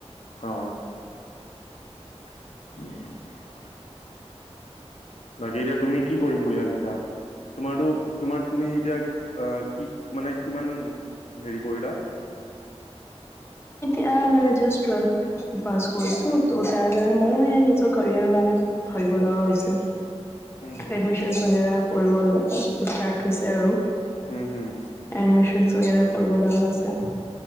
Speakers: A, on the left; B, on the left.
A: অ <unintelligible> বাকী এতিয়া তুমি কি কৰিম বুলি ভাবিছা? তোমাৰটো, তোমাৰ তুমি এতিয়া অঁ কি মানে কিমান হেৰি কৰিলা।
B: এ মানে জাষ্ট টুয়েল্ভ পাছ কৰিছো ত' তাৰ কাৰণে মইয়ো হে নিজৰ কেৰিয়াৰৰ কাৰণে বহুত ভাবিব লগা হৈছিল
A: উম হম
B: এডমিশন <unintelligible> কৰিব ষ্টাৰ্ট হৈছে আৰু।
A: উম হম
B: এডমিচনছাগে <unintelligible> আছে।